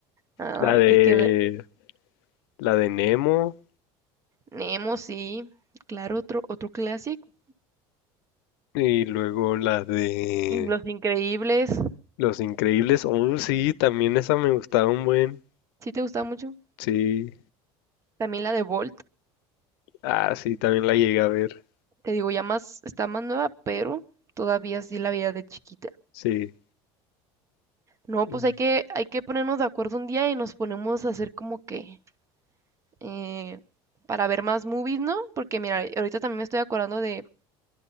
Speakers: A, on the right; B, on the left.
A: Ay,
B: La de,
A: hay que ver,
B: la de Nemo.
A: Nemo, sí. Claro, otro, otro clásico.
B: Y luego la de
A: Y Los Increíbles.
B: Los Increíbles. Oh,
A: mm,
B: sí, también esa me gustaba un buen.
A: Sí te gusta mucho.
B: Sí.
A: También la de Bolt.
B: Ah, sí, también la llegué a ver.
A: Te digo, ya más, está más nueva, pero todavía sí la vida de chiquita.
B: Sí.
A: No, pues
B: Mm,
A: hay que, hay que ponernos de acuerdo un día y nos ponemos a hacer como que eh, para ver más movies, ¿no? Porque mira, ahorita también me estoy acordando de,